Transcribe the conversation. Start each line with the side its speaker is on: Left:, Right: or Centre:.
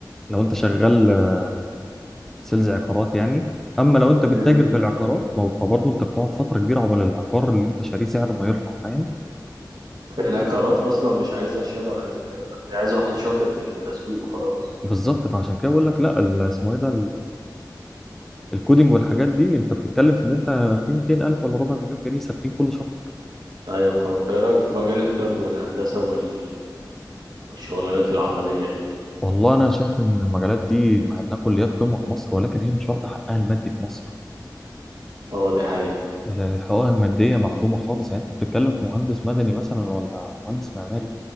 Centre: لو انت شغال آه، سيلز عقارات يعني اما لو انت بتتاجر
Right: مم.
Centre: في العقارات ما- فبرضه انت بتقعد فتره كبيره عقبال العقار اللي انت شاريه سعره ما يرفع فاهم
Right: العقارات اصلا مش عايزه شهاده ولا عايزه الكلام ده هي عايزه واحد شاطر في التسويق وخلاص
Centre: بالظبط فعشان كده بقول لك لا ال- اسمه ايه ده الكودينج والحاجات دي انت بتتكلم في ان انت في 200,000 ولا ربع مليون جنيه ثابتين كل شهر
Right: ايوه فاهم ايه رايك في مجال الطب والهندسه وال... والشغلانات العمليه دي
Centre: والله انا شايف ان المجالات دي مع انها كليات قمه في مصر ولكن هي مش واخده حقها المادي في مصر
Right: اه دي حقيقة
Centre: الحقوق الماديه معدومه خالص يعني انت بتتكلم في مهندس مدني مثلا ولا مهندس معماري